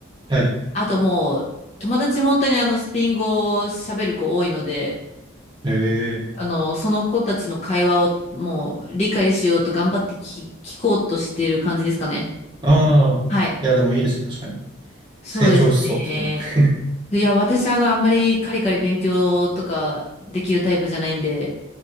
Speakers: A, on the right (about 25°); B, on the left (about 35°).
A: はい。
B: あともう、友達本当にあのスペイン語を喋る子多いので、
A: へえ。
B: あの、その子たちの会話をもう理解しようと頑張って聞、聞こうとしてる感じですかね。
A: ああ。
B: はい。
A: いや、でもいいですね、確かに。
B: そうですね。
A: 成長しそう、そっちの。<laughs>
B: いや、私、あの、あんまりカリカリ勉強とかできるタイプじゃないんで、